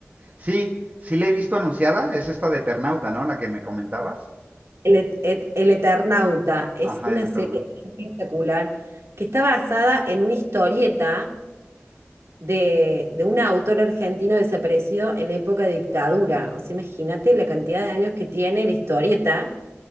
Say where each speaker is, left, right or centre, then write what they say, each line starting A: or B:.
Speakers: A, on the right; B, on the right.
A: Sí, sí la he visto anunciada, es esta de Eternauta, ¿no? La que me comentabas.
B: El, Et- Et- El Eternauta es
A: Ajá,
B: una
A: el Eternauta.
B: serie espectacular que está basada en una historieta de, de un autor argentino desaparecido en la época de dictadura. O sea, imagínate la cantidad de años que tiene la historieta.